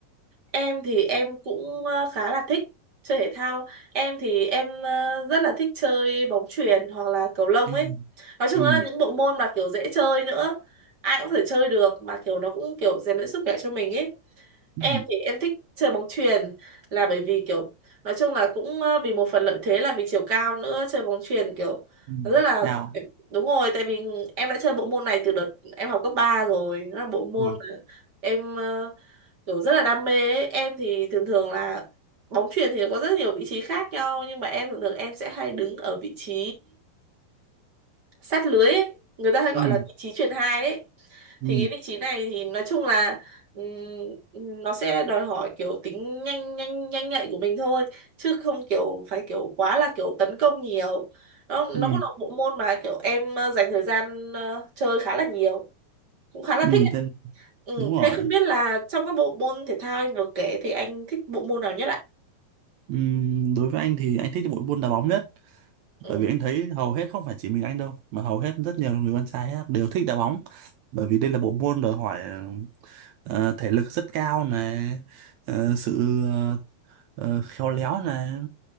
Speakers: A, on the right (about 30°); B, on the right (about 75°).
A: em thì em cũng ờ, khá là thích chơi thể thao. Em thì em ờ, rất là thích chơi bóng chuyền hoặc là cầu lông
B: Ừ.
A: ấy. Nói chung
B: Ừ.
A: là những bộ môn mà kiểu dễ chơi nữa. Ai cũng có thể chơi được mà kiểu nó cũng kiểu rèn luyện sức khỏe cho mình ấy.
B: Ừ.
A: em thì em thích chơi bóng chuyền là bởi vì kiểu nói chung là cũng ờ, vì một phần lợi thế là vì chiều cao nữa chơi bóng chuyền kiểu
B: ừ.
A: nó rất là
B: nào
A: đúng rồi tại vì em đã chơi bộ môn này từ đợt em học cấp 3 rồi nó là bộ môn
B: Wow.
A: mà em ờ, kiểu rất là đam mê ấy. em thì thường thường là bóng chuyền thì có rất nhiều vị trí khác nhau nhưng mà em thường thường em sẽ hay đứng ở vị trí sát lưới ấy. Người ta hay gọi
B: ừ.
A: là vị trí chuyền hai ấy
B: Ừ.
A: thì cái vị trí này thì nói chung là ừm, nó sẽ đòi hỏi kiểu tính nhanh nhanh nhanh nhạy của mình thôi chứ không kiểu phải kiểu quá là kiểu tấn công nhiều nó
B: Ừ.
A: nó cũng là một bộ môn mà kiểu em ờ, dành thời gian ờ, chơi khá là nhiều cũng khá là
B: Ừ.
A: thích ấy.
B: Thế,
A: Ừ,
B: đúng rồi
A: thế không biết là trong các bộ môn thể thao anh vừa kể thì anh thích bộ môn nào nhất ạ
B: ừ. đối với anh thì anh thích bộ môn đá bóng nhất
A: ừ
B: bởi vì anh thấy hầu hết không phải chỉ mình anh đâu mà hầu hết rất nhiều người con trai á, đều thích đá bóng bởi vì đây là bộ môn đòi hỏi ờ, thể lực rất cao này ờ, sự ờ, khéo léo này